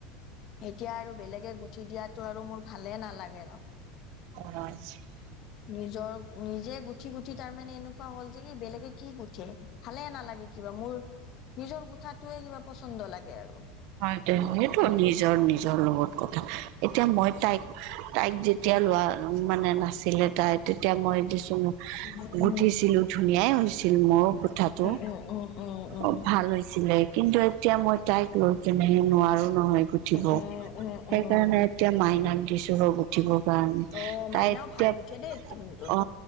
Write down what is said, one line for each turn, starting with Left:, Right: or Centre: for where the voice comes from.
Left: এতিয়া আৰু বেলেগে গুঠি দিয়াটো আৰু মোৰ ভালেই নালাগে ৰ।
Right: <unintelligible>
Left: নিজৰ নিজে গুঠি গুঠি তাৰমানে এনেকুৱা হ'ল যে কি বেলেগে কি গুঠে ভালে নালাগে কিবা মোৰ। নিজৰ গুঠাটোৱে কিবা পচন্দ লাগে আৰু।
Right: হয়টো
Left: তাকে
Right: সেইটো নিজৰ নিজৰ লগত কথা এতিয়া মই তাইক তাইক যেতিয়া লোৱা মানে নাছিলে তাই তেতিয়া মই <unintelligible>
Left: উম
Right: গুঠিছিলো ধুনীয়াই হৈছিল মইও গুঠাটো।
Left: উম উম উম উম
Right: অ ভাল হৈছিলে কিন্তু এতিয়া মই তাইক লৈ কেনেহে নোৱাৰো নহয়। গুঠিব
Left: উম উম উম
Right: সেইকাৰণে
Left: উম উম
Right: এতিয়া মাইনাক দিছো ৰব। গুঁঠিব কাৰণে
Left: অ
Right: তাই
Left: মাইনাও
Right: এতিয়া
Left: ভাল গুঠে দেই কিন্তু ন
Right: অ